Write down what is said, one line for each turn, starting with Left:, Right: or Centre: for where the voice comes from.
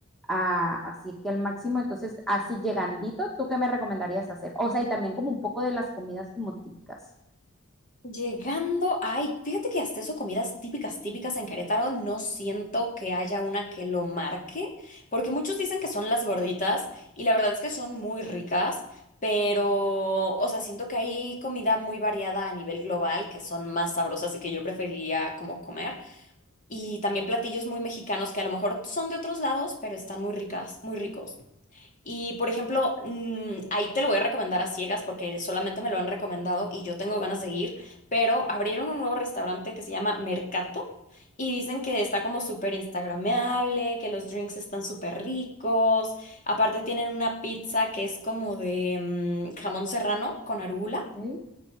Centre: a- así que al máximo, entonces así llegandito, ¿tú qué me recomendarías hacer? O sea, y también como un poco de las comidas como típicas.
Left: Llegando, ay, fíjate que hasta eso comidas típicas, típicas en Querétaro, no siento que haya una que lo marque, porque muchos dicen que son las gorditas y la verdad es que son muy ricas, pero, o sea, siento que hay comida muy variada a nivel global que son más sabrosas y que yo preferiría como comer, y también platillos muy mexicanos que a lo mejor son de otros lados, pero están muy ricas, muy ricos. Y por ejemplo, mm, ahí te lo voy a recomendar a ciegas porque solamente me lo han recomendado y yo tengo ganas de ir, pero abrieron un nuevo restaurante que se llama Mercato y dicen que está como súper instagrameable, que los drinks están súper ricos. Aparte tienen una pizza que es como de mm, jamón serrano con arugula
Centre: Ok,